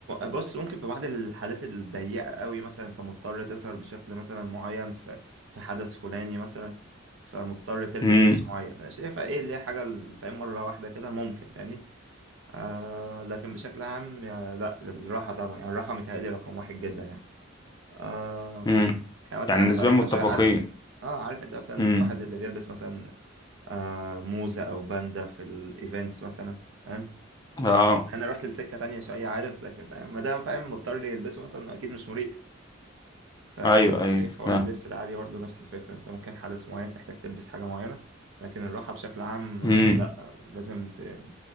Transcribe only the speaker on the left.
امم
امم
يعني
نسبيا
متفقين
امم
اه
ايوه ايوه
فاهم.